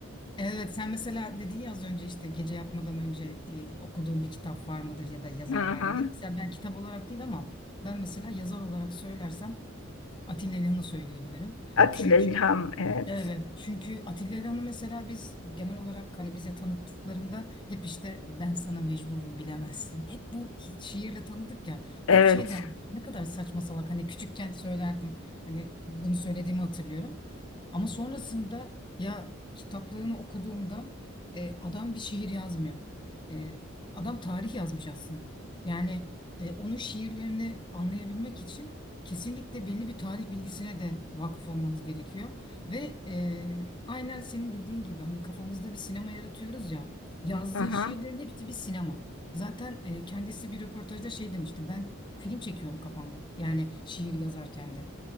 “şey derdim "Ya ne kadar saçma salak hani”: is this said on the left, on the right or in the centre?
Left